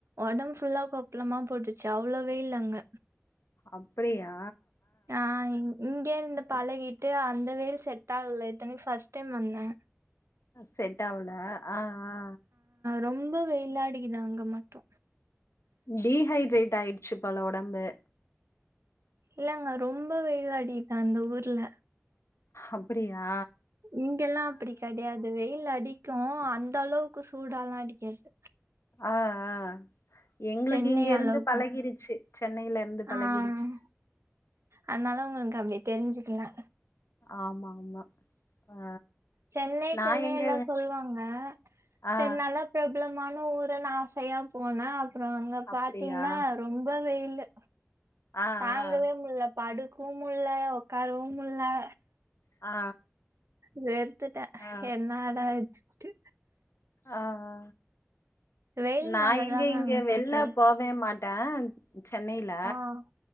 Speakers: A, on the right; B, on the left.
A: ஒடம்பு ஃபுல்லா கொப்பளமா போட்டுருச்சு அவ்வள வெயில் அங்க
B: அப்படியா
A: ஆ இங்கேந்தப் பழகிட்டு அந்த வேல் செட் ஆகல இத்தனக்கு ஃர்ஸ்ட் டைம் வந்தே
B: செட் ஆவுல ஆ ஆ
A: ரொம்ப வெயிலாடிக்குது அங்க மட்டு
B: டீஹைட்ரேட் ஆயிடுச்சு போல ஒடம்பு
A: இல்லங்க ரொம்ப வெயிலடிதா அந்த ஊர்ல
B: அப்படியா
A: இங்கெல்லா அப்படி கெடையாது வெயில் அடி க்கு அந்த அளவுக்கு சூடால்லா அடிக்காது
B: ஆ ஆ எங்களுக்கு
A: சென்னை
B: இங்க இருந்து
A: அளவுக்குலாம்
B: பழகிடுச்சு சென்னையில இருந்து பழகிடுச்சு
A: ஆஹ் அதனால உங்களுக்கு அப்படி தெரிஞ்சுக்கலா
B: ஆமா ஆமா ஆ
A: சென்னை
B: நா
A: சென்னை
B: எங்க
A: எல்லா சொல்வாங்க
B: ஆ
A: செரி நல்லா பிரபலமா ம் ஊருன்னு ஆசையா போன அப்ற அங்க பாத்தீங்கன்னா
B: அப்டியா
A: ரொம்ப வெயிலு
B: ஆ
A: தாங்கவே
B: ஆ
A: முல்ல படுக்கவு முல்ல உக்காரவு முல்ல
B: ஆ
A: வெறுத்துட்டே
B: ஆ
A: என்னடா இதுனுட்டு
B: ஆ ஆ
A: வெயில்னால
B: நா எங்க
A: தாங்க
B: இங்க
A: அங்க பிடிக்காது
B: வெள்ல போவே மாட் ட சென்னையில
A: ஆஹ்